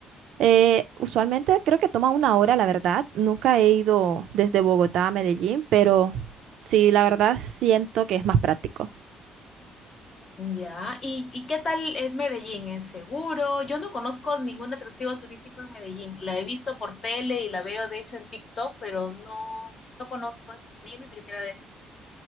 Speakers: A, on the right (about 65°); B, on the left (about 30°).
A: eh, usualmente creo que toma una hora, la verdad. Nunca he ido desde Bogotá a Medellín, pero sí, la verdad siento que es más práctico.
B: Ya. ¿Y, y qué tal es Medellín? ¿Es seguro? Yo no conozco ningún atractivo turístico en Medellín. La he visto por tele y la veo de hecho en TikTok, pero no, no conozco. Sería mi primera vez.